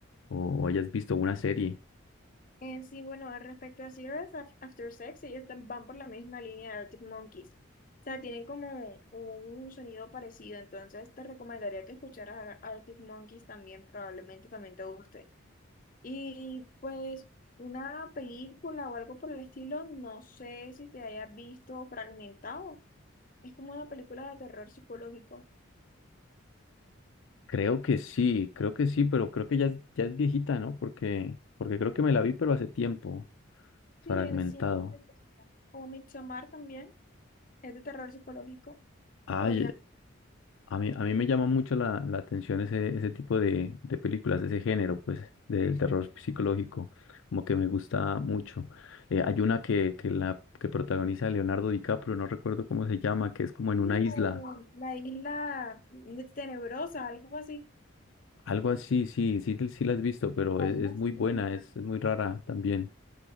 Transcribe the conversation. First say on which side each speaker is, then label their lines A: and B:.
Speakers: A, on the left; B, on the left.
A: o hayas visto una serie.
B: Eh, sí, bueno, al respecto a Cigarettes Af- After Sex, ellos tam- van por la misma línea de Arctic Monkeys. O sea, tienen como un, un sonido parecido, entonces te recomendaría que escucharas a Arctic Monkeys también, probablemente también te guste. Y pues una película o algo por el estilo, no sé si te hayas visto fragmentado. Es como una película de terror psicológico.
A: Creo que sí, creo que sí, pero creo que ya, es- ya es viejita, ¿no? Porque, porque creo que me la vi, pero hace tiempo, fragmentado.
B: Sí, es siempre. O Midsommar también, es de terror psicológico.
A: Ay,
B: Podría
A: a mí, a mí me llama mucho la, la atención ese, ese tipo de, de películas, ese género, pues, del terror psicológico, como que me gusta mucho. Eh, hay una que, que, la, que protagoniza Leonardo DiCaprio, no recuerdo cómo se llama, que es como
B: Sí,
A: en una
B: la,
A: isla,
B: la isla tenebrosa, algo así.
A: algo así, sí, sí, sí la has visto, pero
B: La
A: es, es
B: isla
A: muy
B: siniestra.
A: buena, es, es muy rara también.